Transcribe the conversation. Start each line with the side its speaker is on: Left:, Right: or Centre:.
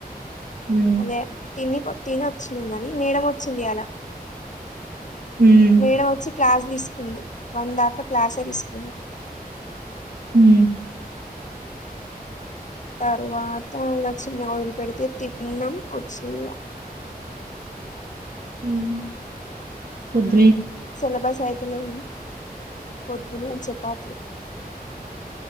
Right: ఉమ్
Left: అదే తిని తిని వచ్చిందా అ మేడం వచ్చింది ఈయాల
Right: ఉమ్
Left: మేడం వచ్చి క్లాస్ తీసుకు కుంది వన్ దాకా క్లాసఆ తీసుకుంది
Right: హు
Left: తరువాత ఇలా చిన్న వదిలు పెడితే తిన్నాం వచ్చినగా
Right: మ్మ్ తిన
Left: సిలబస్ అయితనే ఉంది పొద్దున చపాతీ